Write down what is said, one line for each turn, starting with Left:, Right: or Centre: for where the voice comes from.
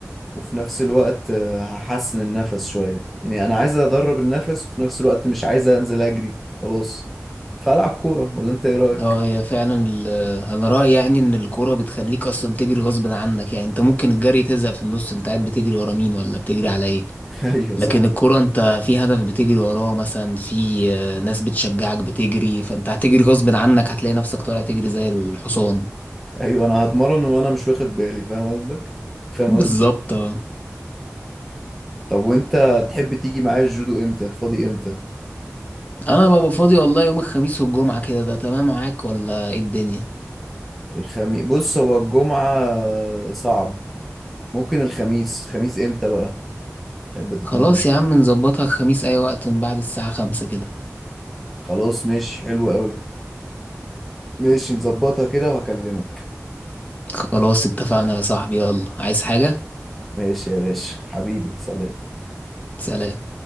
Centre: وفي نفس الوقت آه، هحسن النفس شويه يعني انا عايز ادرب النفس وفي نفس الوقت مش عايز انزل اجري وخلاص فالعب كوره ولا انت ايه رايك
Left: اه هي فعلا ال- انا رأيي يعني ان الكورة بتخليك اصلا تجري غصب عنك يعني انت ممكن الجري تزهق في النص انت قاعد بتجري ورا مين ولا بتجري على ايه
Centre: <laughs> ايوه
Left: لكن
Centre: صح
Left: الكورة انت في هدف بتجري وراه مثلا في آه، ناس بتشجعك بتجري فانت هتجري غصب عنك هتلاقي نفسك طالع تجري زي الحصان
Centre: ايوه انا هتمرن وانا مش واخد بالي فاهم قصدك فاهم
Left: بالظبط
Centre: قصدي
Left: اه
Centre: طب وانت تحب تيجي معايا الجودو امتى فاضي امتى
Left: انا ببقى فاضي والله يوم الخميس والجمعة كده ده تمام معاك ولا ايه الدنيا
Centre: الخميس بص هو الجمعة صعب ممكن الخميس خميس امتى بقى تحب تتمرن
Left: خلاص يا عم نظبطها الخميس اي وقت من بعد الساعة خمسة كده
Centre: خلاص ماشي حلو قوي ماشي نظبطها كده وهكلمك
Left: خلاص اتفقنا يا صاحبي يلا عايز حاجة
Centre: ماشي يا باشا حبيبي سلام
Left: سلام